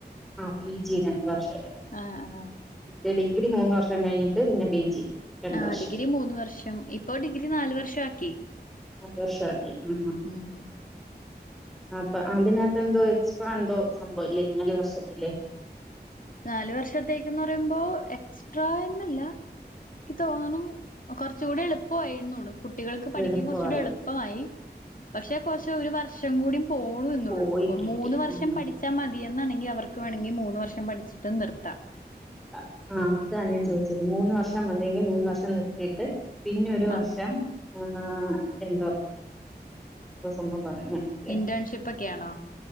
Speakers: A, in the centre; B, on the left.
A: ആ പി ജി രണ്ട് വർഷം അല്ലേ
B: ആ ആ
A: മറ്റേ ഡിഗ്രി മൂന്ന് വർഷം കഴിഞ്ഞിട്ട് പിന്നെ പി ജി രണ്ട്
B: ആ
A: വർഷം
B: ഡിഗ്രി മൂന്ന് വർഷം ഇപ്പൊ ഡിഗ്രി നാല് വർഷം ആക്കി
A: നാല് വർഷമാക്കി ഉ
B: ഉം
A: അപ്പൊ അതിനകത്ത് എന്തോ എന്തോ സംഭവ ഇല്ലേ നാല് വർഷത്തിലേ
B: നാലു വർഷത്തേക്ക്‌ന്ന് പറയുമ്പോ എക്സ്ട്രാ എന്നല്ല എക്ക് തോന്നണ് കുറച്ച കൂടെ എളുപ്പമായിുന്നൂട കുട്ടികൾക്ക് പഠിക്കാൻ
A: എളുപ്പമായി
B: കുറച്ചൂടി എളുപ്പമായി പക്ഷെ കുറച്ച് ഒരു വർഷം കൂടി പോണു എന്നുള്ളൂ
A: പോയി കിട്ടി
B: മൂന്ന് വർഷം
A: ഉം
B: പഠിച്ചാൽ മതി എന്നാെങ്ക അവർക്ക് വേണമെങ്കിൽ മൂന്ന് വർഷം പഠ വച്ചിട്ട് നിർത്താം
A: ആ അതാ ഞാൻ
B: ഉം
A: ചോദിച്ചത് മൂന്ന് വർഷം അല്ലെങ്കിൽ മൂന്ന് വർഷം നിർത്തിയിട്ട് പിന്നെ ഒരു വർഷം
B: ആഹ്
A: ആ എന്തോ സംഭവം പറു വയനാട്ടേ
B: ഇന്റേൺഷിപ്പ് ഒക്കെയാണോ